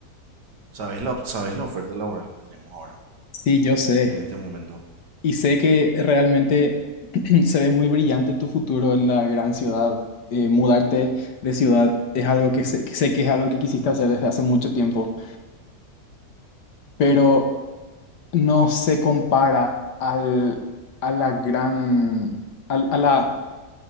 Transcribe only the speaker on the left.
Sí, yo sé.
Y sé que realmente <clears throat> se ve muy brillante tu futuro en la gran ciudad. Eh, mudarte de ciudad es algo que sé, que sé que es algo que quisiste hacer desde hace mucho tiempo, pero no se compara al, a la gran, al- a la,